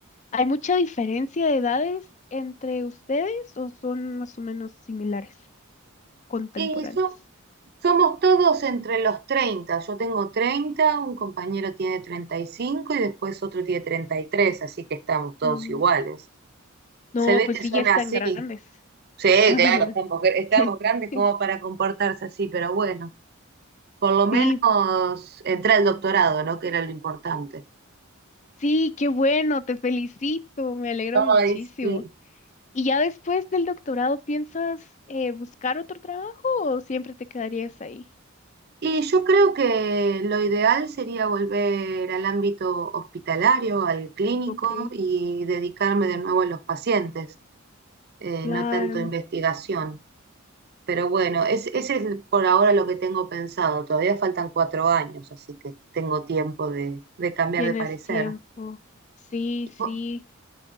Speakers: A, on the left; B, on the right.
A: hay mucha diferencia de edades entre ustedes o son más o menos similares, contemporáneos?
B: Y so- somos todos entre los treinta. Yo tengo 30, un compañero tiene treinta y cinco y después otro tiene 33. así que estamos todos
A: Mm,
B: iguales.
A: No,
B: Se ve
A: pues
B: que
A: sí,
B: son
A: ya están
B: así.
A: grandes.
B: Sí,
A: Ajá.
B: claro, estamos, gr- estamos
A: <laughs>
B: grandes como para comportarse así, pero bueno, por lo menos
A: Sí,
B: entré al doctorado, ¿no? Que era lo importante.
A: sí, qué bueno, te felicito, me alegro muchísimo.
B: Ay, sí.
A: ¿Y ya después del doctorado piensas eh, buscar otro trabajo o siempre te quedarías ahí?
B: Y yo creo que lo ideal sería volver al ámbito hospitalario, al clínico
A: Ok,
B: y dedicarme de nuevo a los pacientes, eh,
A: claro,
B: no tanto investigación. Pero bueno, es- ese es por ahora lo que tengo pensado. Todavía faltan cuatro años, así que tengo tiempo de, de cambiar
A: tienes
B: de parecer.
A: tiempo. Sí,
B: ¿Y
A: sí.
B: vo-